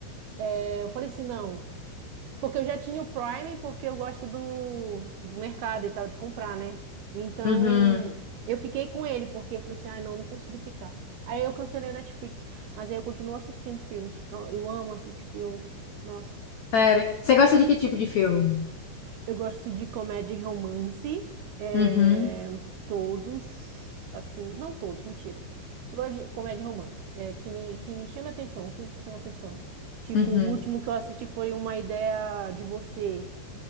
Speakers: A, on the right; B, on the left.
A: é, eu falei assim: não. Porque eu já tinha o Prime, porque eu gosto do, do mercado e tal, de comprar, né? Então,
B: uhum.
A: eu fiquei com ele, porque eu falei assim, ai, não, não consigo ficar. Aí eu cancelei a Netflix, mas aí eu continuo assistindo os filmes. Eu, eu amo assistir filme. Nossa.
B: Sério. Você gosta de que tipo de filme?
A: Eu gosto de comédia e romance. é,
B: Uhum,
A: todos, assim, não todos, mentira. Eu gosto de comédia e romance, é, que me, que me chama atenção, um filme que chama atenção. Tipo,
B: uhum,
A: o último que eu assisti foi Uma Ideia de Você.